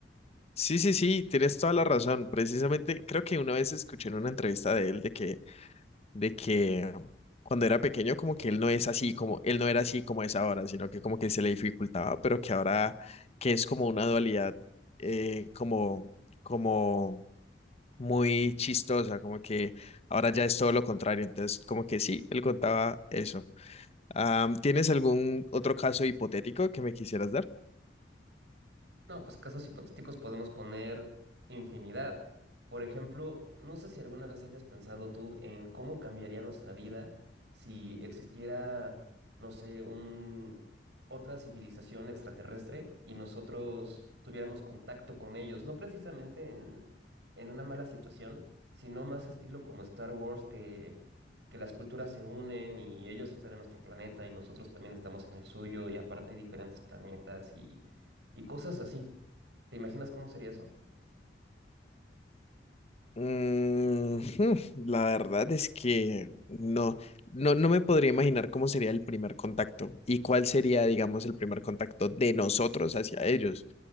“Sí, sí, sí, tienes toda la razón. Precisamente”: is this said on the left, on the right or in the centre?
Left